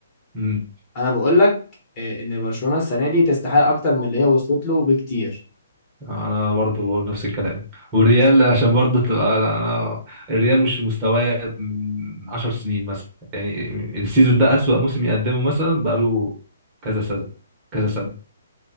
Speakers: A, on the right; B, on the left.
A: امم.
B: انا بقول لك آه، ان برشلونه السنه دي تستحق اكتر من اللي هي وصلت له بكتير
A: انا برضه بقول نفس الكلام والريال عشان برضه تبقى انا أنا- الريال مش في مستواه من 10 سنين مثلا يعني السيزون ده اسوأ موسم يقدمه مثلا بقاله كذا سنة كذا سنة